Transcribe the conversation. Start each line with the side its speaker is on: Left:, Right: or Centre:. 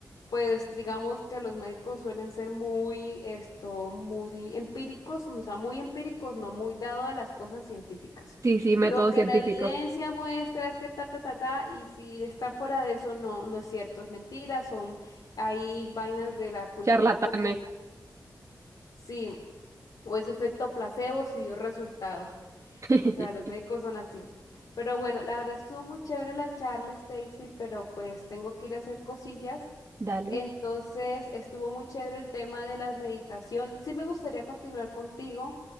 Left: pues digamos que los médicos suelen ser muy, esto, muy empíricos, o sea, muy empíricos, no muy dado a las cosas científicas.
Right: sí, sí, método
Left: Lo que
Right: científico,
Left: la evidencia muestra es que ta, ta, ta, ta, y si está fuera de eso, no, no es cierto, es mentira, son ahí vainas de la cultura
Right: charlatanes.
Left: popular. Sí, o ese efecto placebo si dio resultado.
Right: <laughs>
Left: O sea, los médicos son así. Pero bueno, la verdad estuvo muy chévere la charla, Stacy, pero pues tengo que ir a hacer cosillas.
Right: Dale.
Left: Entonces, estuvo muy chévere el tema de la meditación. Sí me gustaría continuar contigo,